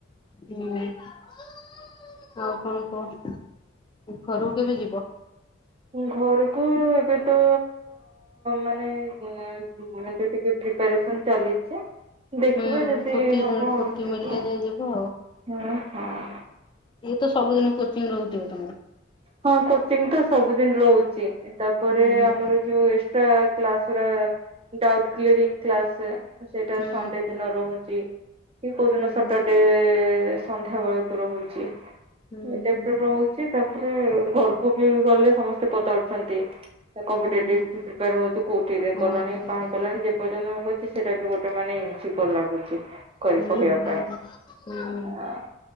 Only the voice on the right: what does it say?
ଘରକୁ ଏବେ ତ? ମାନେ ଯ ଟିକେ ପ୍ରିପାରେସନ ଚାଲିଛି। ଦେଖିବେ
ଯଦି
ହବ
ଆଉ ଯିବ,
ହୁଁ ହଁ?
ହଁ କୋଚିଂ ତ ସବୁଦିନ ରହୁଛି, ତାପରେ
ଆମର ଯୋଉ ଏକ୍ସଟ୍ରା? କ୍ଳାସ ଗୁରା, ଡାଉଟ କ୍ଲିଅରିଙ୍ଗ କ୍ଳାସରେ। ସେଇଟା
ସଣ୍ଡେ ଦିନ ରହୁଛି, କି କୋଉ ଦିନ
ସେ୍ଟୁର୍ଦୟ। ସନ୍ଧ୍ୟା ବେଳକୁ ରହୁଛି
<unintelligible>
ତାପରେ ଘରକୁ ବି ଗଲେ ସମସ୍ତେ ପଚାରୁୁଛନ୍ତି। କମ୍ପିଟେଟିଭ
ପ୍ରିପୟାର ହଉଛୁ, କୋଉଠିରେ
ଗଲେଣି
କାହିଁ କଲାଣି ଯେ ପର୍ଯ୍ୟନ୍ତ ଆ -?- ସେଟା ବି ଗୋଟେ ମାନେ ଶଖ ଲାଗୁଛି କରି
କହିବା
ପାଇଁ
ଆ?